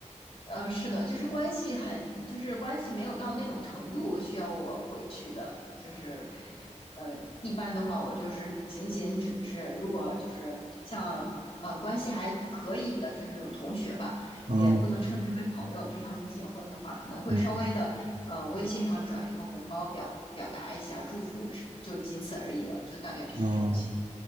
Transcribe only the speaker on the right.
嗯
嗯
嗯。